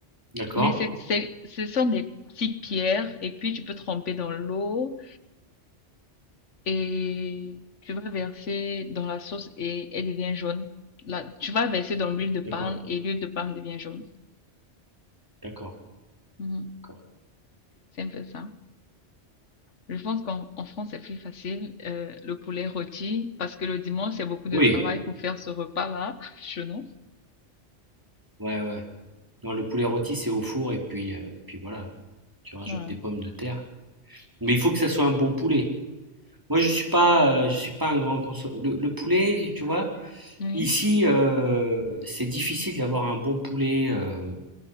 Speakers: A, on the right (about 15°); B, on the left (about 90°).
A: D'accord,
B: Mais c'est, c'est, ce sont des petites pierres et puis tu peux tremper dans l'eau et tu vas verser dans la sauce et elle devient jaune. Là, tu vas verser dans l'huile de palme
A: d'accord,
B: et l'huile de palme devient jaune.
A: d'accord,
B: Mhm.
A: d'accord.
B: C'est un peu ça. Je pense qu'en en France, c'est plus facile, euh, le poulet rôti, parce que le dimanche, c'est beaucoup de
A: Oui,
B: travail pour faire ce repas-là, <laughs> chez nous.
A: ouais, ouais. Non, le poulet rôti, c'est au four et puis, euh, et puis voilà. Tu rajoutes
B: Ouais.
A: des pommes de terre. Mais il faut que ça soit un bon poulet. Moi, je suis pas, euh, je suis pas un grand consommateur. Le, le poulet, tu vois,
B: Oui.
A: ici, euh, c'est difficile d'avoir un bon poulet. euh,